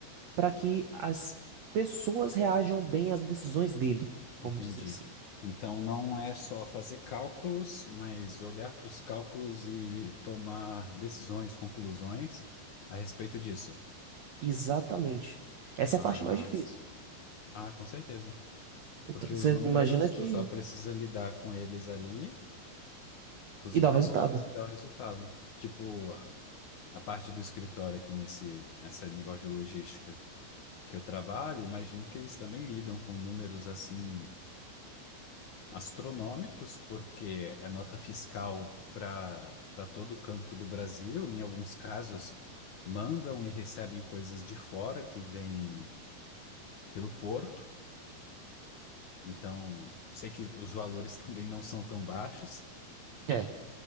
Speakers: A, on the right; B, on the left.
A: para que as pessoas reajam bem às decisões dele,
B: Entendi.
A: vamos dizer assim.
B: Então não é só fazer cálculos, mas olhar para os cálculos e tomar decisões, conclusões a respeito disso.
A: Exatamente. Essa
B: Ah,
A: é a parte mais difícil.
B: s- ah, com certeza.
A: Então,
B: Porque
A: você
B: os números,
A: imagina que.
B: tu só precisa lidar com eles ali, com os
A: E
B: valores
A: dá o resultado.
B: e dar o resultado. Tipo, a a parte do escritório aqui nesse, nessa negócio de logística que eu trabalho, imagino que eles também lidam com números assim astronômicos, porque é nota fiscal para para todo canto do Brasil. Em alguns casos, mandam e recebem coisas de fora que vêm pelo porto. Então, sei que os valores <laughs> também não são tão baixos.
A: É.